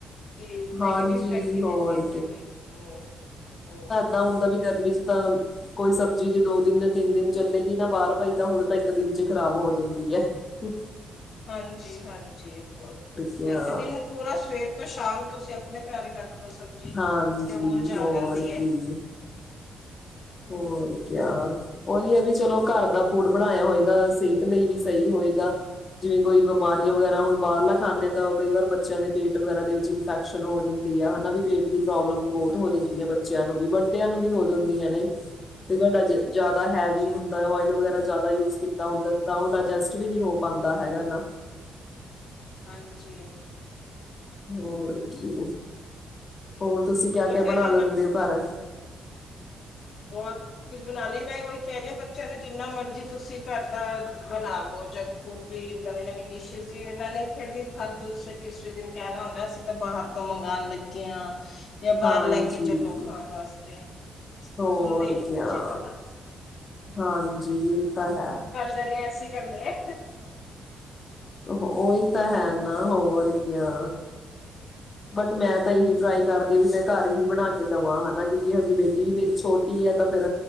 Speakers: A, on the left (about 60°); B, on the left (about 35°).
A: ਤੇ ਨੈਗੇਟਿਵ
B: ਹਾਂਜੀ
A: ਇਫੈਕਟ ਵੀ
B: ਹੋਰ
A: ਦੇਤੇ ਐ ਫਿਰ ਹੂੰ-ਹੂੰ
B: ਦਾਂ ਹੁੰਦਾ ਵੀ ਗਰਮੀ ਚ ਤਾਂ ਕੋਈ ਸਬਜ਼ੀ ਜੇ ਦੋ ਦਿਨ ਤਿੰਨ ਦਿਨ ਚੱਲੇਗੀ ਨਾ ਬਾਰ ਪਾਈ ਤਾਂ ਹੁਣ ਤਾਂ ਇੱਕ ਦਿਨ ਚ ਖਰਾਬ ਹੋ ਜਾਂਦੀ ਐ। ਕੁ
A: ਹਾਂਜੀ-ਹਾਂਜੀ ਬ ਬ
B: ਕਿਆ,
A: ਏਕ ਦਿਨ ਪੂਰਾ ਸਵੇਰ ਤੋਂ ਸ਼ਾਮ ਤੁਸੀਂ ਅਪਣੇ ਕਾਰ ਈ ਰੱਖ ਲੋੋ ਸਬਜ਼ੀ
B: ਹਾਂਜੀ
A: ਤੇ ਮੁਰਝਾ
B: ਹੋਰ
A: ਜਾਂਦੀ ਏ।
B: ਕੀ। ਹੋਰ ਕਯਾ ਓਈ ਐ ਵੀ ਚਲੋ ਘਰ ਦਾ ਫੂਡ ਬਣਾਇਆ ਹੋਏਗਾ ਸੇਤ ਲਈ ਵੀ ਸਈ ਹੋਏਗਾ। ਜਿਵੇਂ ਕੋਈ ਬਮਾਰੀਆਂ ਵਗੈਰਾ ਹੁਣ ਬਾਰਲਾ ਖਾਨੇ ਤਾਂ ਕਈ ਵਾਰ ਬੱਚਿਆਂ ਦੇ ਪੇਟ ਵਗੈਰਾ ਦੇ ਵਿੱਚ ਇਨਫੈ ਸ਼ਨ ਹੋ ਜਾਂਦੀ ਆ ਹੈਨਾ ਵੀ ਪੇਟ ਦੀ ਪ੍ਰੋਬਲਮ ਬੋਤ ਹੋ
A: ਹਾਂਜੀ
B: ਜਾਂਦੀ ਐ ਬੱਚਿਆਂ ਨੂੰ ਵੀ ਵੱਡਿਆਂ ਨੂੰ ਵੀ ਹੋ ਜਾਂਦੀ ਏ ਨਈ। ਤੇ ਵਡਾ ਜਾਦਾ
A: ਹਾਂਜੀ
B: ਹੈਵੀ ਹੁੰਦਾ ਓਯਲ ਵਗੈਰਾ ਜਾਦਾ ਯੂਜ ਕੀ ਤਾਂ ਹੁੰਦਾ ਤਾਂ ਓ ਡਾਇਜਸਟ ਵੀ ਨੀ ਹੋ ਪਾਂਦਾ ਹੈਗਾ ਨਾ।
A: ਹਾਂਜੀ।
B: ਹੋਰ ਕੀ, ਹੋਰ ਤੁਸੀਂ ਕਯਾ-ਕਯਾ
A: ਪਰ ਫੇਰ
B: ਬਣਾ
A: ਵੀ
B: ਲੈਂਦੇ ਓ ਕਾਰ
A: ਬੋਤ ਕੁਝ ਬਣਾਣੀ ਮੈਂ ਓਈ ਕੈ ਰਈਆ ਬੱਚਿਆਂ ਨੂੰ ਜਿੰਨਾ ਮਰਜੀ ਤੁਸੀਂ ਘੱਰਦਾ ਬਣਾ ਦੋ ਜੰ ਫੂ ਵੀ ਨਵੀਂ-ਨਵੀਂ ਡਿਸ਼ਇਸ਼ ਵੀ ਏਨਾਂ ਨੇ ਫੇਰ ਵੀ ਹਰ ਦੂਸਰੇ ਤੀਸਰੇ ਦਿਨ ਕੈਂਨਾ ਹੁੰਦਾ ਅਸੀਂ ਤਾਂ ਬਾਹਰ ਤੋਂ ਮੰਗਾਣ ਲੱਗੇ ਆ। ਜਾਂ ਬਾਰ
B: ਹਾਂਜੀ
A: ਲੈ ਕੇ ਚਲੋ ਖਾਣ ਵਾਸਤੇ,
B: ਹੋਰ
A: ਸੁਣਦੇ ਈ ਨੀ
B: ਕਿਆ
A: ਬੱਚੇ ਤਾਂ ਨਾ
B: ਹਾਂਜੀ ਇਹ ਤਾਂ ਹੈ।
A: ਜਨੇ ਅਸੀ ਕਰਨੀਆਂ
B: ਓਹ ਓਈ ਤਾਂ ਹੈ ਨਾ ਹੋਰ ਕਯਾ? ਬਟ
A: ਹਮ
B: ਮੈਂ ਤਾਂ ਏਹੀ ਟਰਾਈ ਕਰਦੇ ਵੀ ਮੈਂ ਘਰ ਹੀ ਬਣਾ ਕੇ ਦਵਾਂ ਹਨਾ ਕਿਉਂਕਿ ਹਜੇ ਬੇਟੀ ਵੀ ਮੇਰੀ ਛੋਟੀ ਏ ਤਾਂ ਫੇਰ